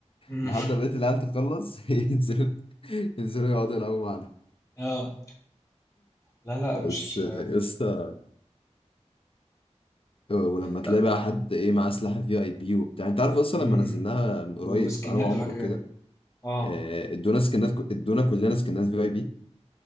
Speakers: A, on the left (about 25°); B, on the left (about 50°).
A: أمم.
B: لحد ما بقيت العيال تخلص <laughs> ينزلوا ينزلوا يقعدوا يلعبوا معانا
A: اه لا لا
B: بس
A: مش
B: آه، يا اسطى آه، ولما تلاقي
A: لا
B: بقى حد ايه معاه سلاح في اي بي وبتاع انت عارف اصلا
A: امم
B: لما نزلناها من قريب
A: وسكنات
B: انا وعمرو
A: وحاجه
B: وكده
A: كده اه
B: آه، ادونا سكنات ادونا كلنا سكنات في اي بي